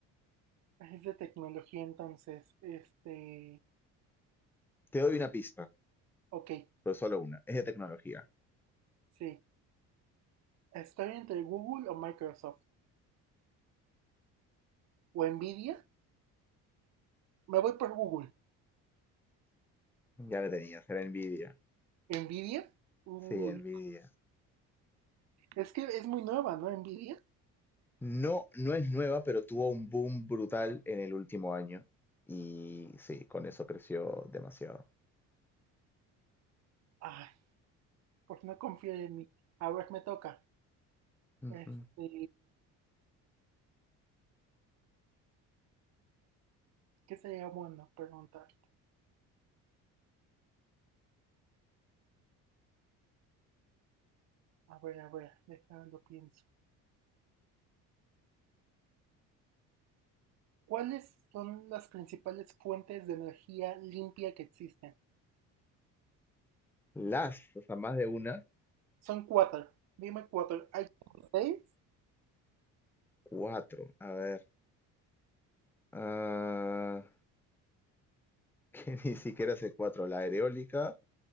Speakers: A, on the right; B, in the centre.
A: Es de tecnología, entonces. Este.
B: Te doy una pista.
A: Ok,
B: pero solo una. Es de tecnología.
A: sí. Estoy entre Google o Microsoft. ¿O Nvidia? Me voy por Google.
B: Ya la Mm. tenías, era Nvidia.
A: ¿Nvidia? Google.
B: Sí, Nvidia.
A: Es que es muy nueva, ¿no? Nvidia.
B: No, no es nueva, pero tuvo un boom brutal en el último año. Y sí, con eso creció demasiado.
A: Ay, pues no confío en mí. A ver, me toca.
B: Ujú.
A: Este. ¿Qué sería bueno preguntar? A ver, a ver, déjalo pienso. ¿Cuáles son las principales fuentes de energía limpia que existen?
B: Las, o sea, más de una,
A: Son cuatro. Dime cuatro. Hay como seis.
B: cuatro. A ver. ah, <laughs> que ni siquiera sé cuatro. La aerólica.